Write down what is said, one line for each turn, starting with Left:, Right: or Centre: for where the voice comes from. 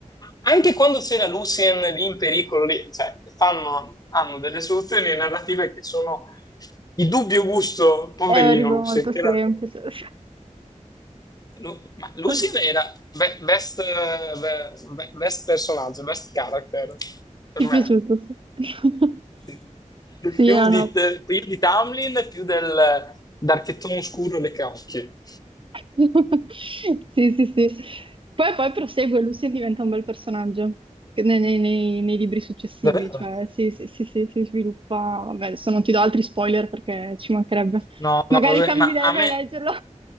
Left: anche quando c'era Lucien lì in pericolo, lì, cioè, fanno, hanno delle soluzioni narrative che sono di dubbio gusto, poverino
Right: È un libro
Left: Lucien,
Right: molto
Left: che
Right: semplice.
Left: era, Lu- ma Lucien
Right: <laughs>
Left: era be- best, eh, be- be- best personaggio, best character, per
Right: Ti è piaciuto?
Left: me.
Right: Sì, <laughs>
Left: Sì. Più
Right: Sì, era una-
Left: di, più di Tamlin, più del d'Archettone Oscuro e le Caocchie.
Right: <laughs> Sì, sì, sì. Poi, poi prosegue, Lucy diventa un bel personaggio che nei, nei- nei- nei libri successivi,
Left: Davvero?
Right: cioè sì, sì, sì, sì, si sviluppa. Vabbè, adesso non ti do altri spoiler perché ci mancherebbe.
Left: No,
Right: Magari
Left: no, vabbè,
Right: cambi
Left: ma
Right: idea
Left: a
Right: e vai
Left: me,
Right: a leggerlo.